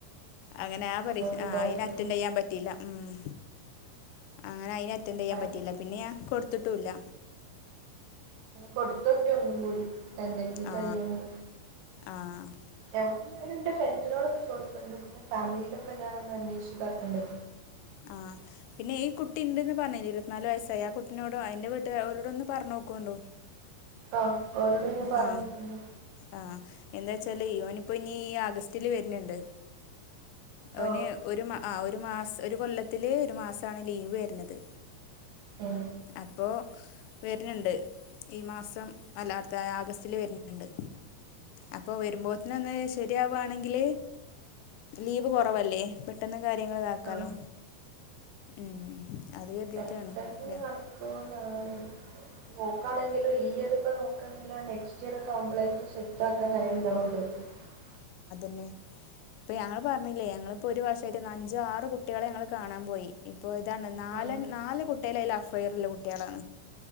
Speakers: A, on the left; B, on the right.
A: അങ്ങനെ ആ പരീഷ്
B: അത്
A: ആ
B: ഇതായില്ലേ
A: അയിന് അറ്റൻഡയ്യാൻ പറ്റില്ല ഉം അങ്ങനെ അയിനെ റ്റൻഡ്ചെയ്യാൻ
B: എന്തായാലും
A: പറ്റീല്ല പിന്നെ ഞാ കൊടു ഊല
B: കൊടുത്തൊട്ടി ഒന്നും കൂടി എന്തെങ്കി കയ്യോന്ന്
A: ആ ആ
B: എന്തായാലും എന്റെ ഫ്രണ്ട്സിനോടൊക്കെ ചോദിക്ക്ണ്ട് പിന്നെ ഫാമിലീലൊക്കെ ഞാാനൊന്ന് അന്വേഷിച്ച്താക്ക്ണ്ട്
A: ആഹ പിന്നെ ഈ കുട്ടി ഇണ്ട്ന്ന് പറഞ്ഞിലെ ഇരുപത്തിനാല് വയസ്സായി ആ കുട്ടിനോട അതിന്റെ വീട്ടുകാരരോട ഒന്ന് പറഞ്ഞു നോക്കൂണ്ടോ
B: ആ അവരോട് ഞാൻ പറഞ്ഞു
A: ആ
B: നോക്കണ്ട്
A: ആ എന്താച്ചാല്
B: പിന്നെന്തായാലും
A: ഇവനിപ്പോ ഇനി ആഗസ്റ്റ് റ്റില് വരന്ണ്ട് ഓന്
B: ആ
A: ഒര് മാ ഒര് മാസ് ഒര് കൊല്ലത്തില് ഒര് മാസാണ് ലീവെര്ന്നത്.
B: ഏ
A: അപ്പൊ വെര്ന്ണ്ട്. ഈ മാസം ദാ ആഗസ്തില് വെര്ന്ണ്ട്. അപ്പോ വരുമ്പോത്തിന് ഒന്ന് ശരിയാവാണെങ്കില് ലീവ് കൊറവല്ലേ പെ കാര്യങ്ങൾ ഇതാക്കാലോ
B: ആ
A: ഉം അത് കരുതിയിട്ടാണ്
B: പെട്ടെന്ന് നടക്കൊതാണ് മോക്കാണെങ്കിലും ഈ ഇയർ ഇപ്പോ നോക്കാണെങ്കിൽ ആ നെക്സ്റ്റ് ഇയർ ഒക്കെ ആമ്പളേക്ക ശെരിയാ <unintelligible>
A: ന്നെ ഇപ്പൊ ഞങ്ങള് പറഞ്ഞില്ലേ ഞങ്ങളിപ്പോ ഒരു വർഷായിട്ട് അഞ്ചോ ആറ് കുട്ടികളെ ഞങ്ങള് കാണാൻ പോയി ഇപ്പോ ഇതാണ് നാല്
B: ആ
A: നാല് കുട്ടികള് അയ്ല് അഫയറൊള്ള കുട്ടികളാണ്.